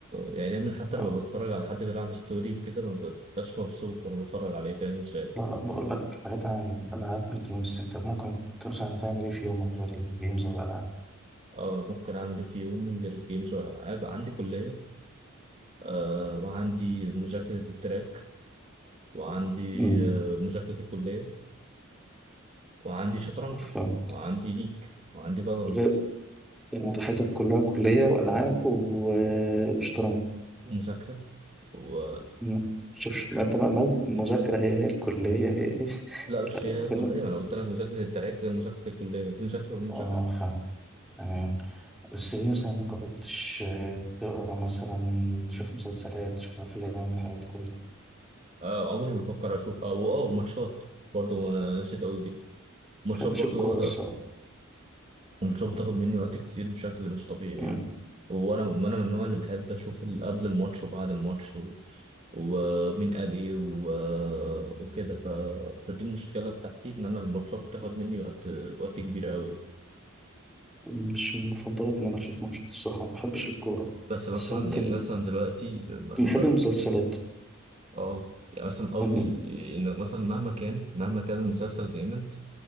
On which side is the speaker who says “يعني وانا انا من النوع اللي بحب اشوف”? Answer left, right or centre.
Right